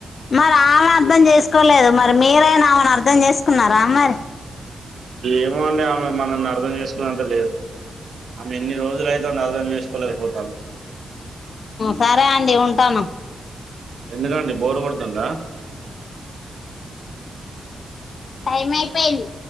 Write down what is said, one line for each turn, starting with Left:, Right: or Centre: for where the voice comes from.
Left: మరి అలా అర్థం చేసుకోలేదు మరి మీరైన ఆమని అర్థం చేసుకున్నారా మరి
Right: ఏమో అండి అ మనల్ని అర్థం చేసుకునేంత లేదు ఆమె ఎన్ని రోజులు అయితేని అర్థం చేసుకోలేకపోతానం
Left: సరే అండి ఉంటాను
Right: ఎందుకండి బోరు కొడుతుందా
Left: టైం ఐపోయింది